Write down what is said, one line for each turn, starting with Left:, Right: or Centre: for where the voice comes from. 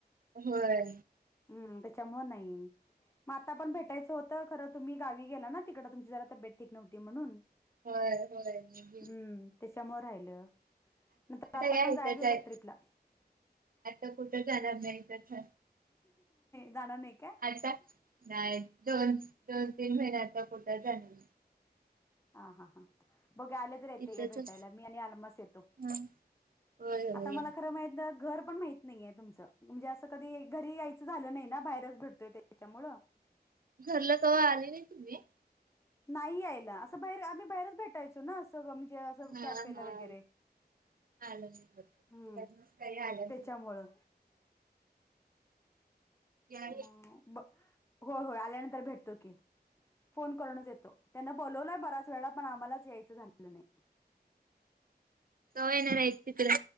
Right: होय.
Left: हम्म त्याच्यामुळ नाही. मातता पण भेटायचं होत खरं तुम्ही गावी गेला ना तिकडे तुमची जरा तब्येत ठीक नव्हती म्हणून.
Right: होय बि
Left: हम्म त्याच्यामुळे राहिलं नंतर आता
Right: या
Left: पण
Right: इथंच
Left: जायच होतं
Right: आहे
Left: ट्रीपला.
Right: आता कुठं झाला नाही तर.
Left: जाणार नाही. का
Right: आता नाही दोन दोन तीन महिन्याचा कुठं झाले.
Left: ह हा हां बघ आले. बर येते
Right: इथंचच
Left: घ्या भेटायला मी आलमाचं येतो
Right: हा होय होय
Left: आता मला
Right: या
Left: खरं माहीत न्हई घर पण माहित नाहीये तुमचं म्हणजे असं कधी घरी यायचं झालं नाही ना बाहेरच भटतोय त्याच्यामुळं.
Right: घरलं कव्हा आली नाही तुम्ही.
Left: नाही यायला असं बाहेर आम्ही बाहेरच भेटायचो ना अस. सं म्हणजे असं
Right: हा
Left: कॅफेला
Right: हा
Left: वगैरे
Right: <unintelligible>
Left: हम्म त्याच्यामुळं
Right: या रे
Left: म ब हो हो आल्यानंतर भेटतो की फोन करूनच येतो. त्यानं बोलवलंय बराच वेळा पण आम्हालाच यायचं झालं नाही.
Right: कवा येणार आहेस हिकडं